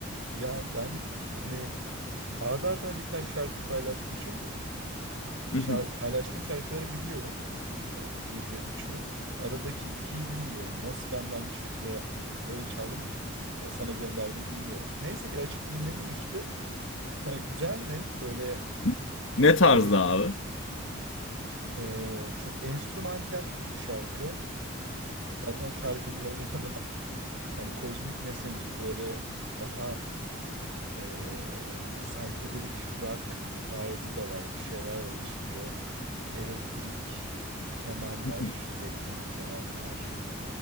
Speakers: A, on the right (about 65°); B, on the left (about 65°).
A: Ya ben hani ardarda arda arda birkaç şarkı paylaşmışım.
B: Hı
A: Şar-
B: hı.
A: paylaştığım şarkıları biliyorum. O 1 ve üçü, Aradaki 2'yi bilmiyorum. Nasıl benden çıktı? Öyle çaldım. Ya sana gönderdim bilmiyorum. Neyse bir açıp dinledim işte. <laughs> Güzeldi. Böyle
B: <laughs>
A: e,
B: Ne
A: elek
B: tarzda abi?
A: e, çok enstrümantal bir şarkı. Zaten şarkının adında da <laughs> hani Cosmic Messenger böyle daha e, psychedelic rock tarzı da var. Bir şeyler var içinde. Elektrik keman
B: <laughs>
A: var, elektronik keman var.